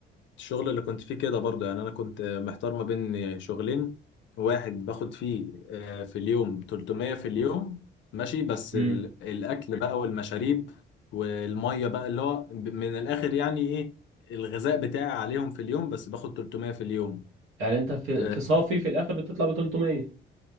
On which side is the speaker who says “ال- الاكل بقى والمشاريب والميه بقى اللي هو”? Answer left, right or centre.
Left